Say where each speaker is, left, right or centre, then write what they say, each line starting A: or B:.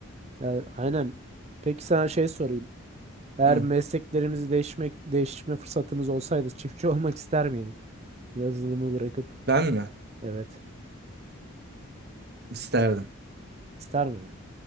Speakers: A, on the right; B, on the right.
A: Yani aynen. Peki sana şey sorayım. Eğer
B: Hı.
A: mesleklerimizi değişmek değişme fırsatımız olsaydı çiftçi olmak ister miydin? Yazılımı bırakıp
B: Ben mi?
A: evet.
B: İsterdim.
A: İster miydin?